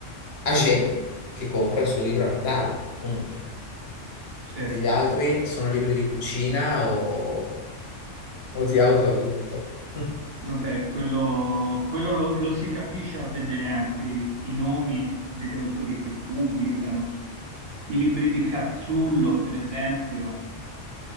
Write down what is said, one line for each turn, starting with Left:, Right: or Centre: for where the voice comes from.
Left: age che compra il suo libro a Natale, punto.
Right: sì.
Left: Tutti gli altri sono libri di cucina o, o di autoaiuto. <laughs>
Right: Vabbè, quello, quello lo, lo si capisce a vedere anche i, i nomi degli autori che pubblicano. I libri di Cazzullo, per esempio.